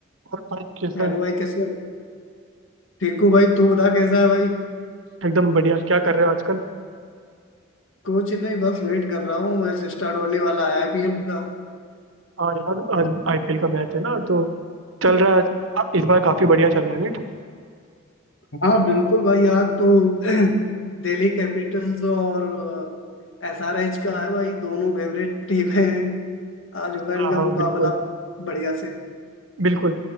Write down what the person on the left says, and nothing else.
Hello
भाई कैसे हो ठीक हूँ भाई तू बता कैसा है भाई
कुछ नहीं बस वेट कर रहा हूँ मैच स्टार्ट होने वाला है आईपीएल का
हाँ बिल्कुल भाई आज तो <clears throat> दिल्ली कैपिटल्स और एसआरएच का है भाई दोनों फेवरेट टीम है आज होगा
इनका
मुकाबला
बढ़िया से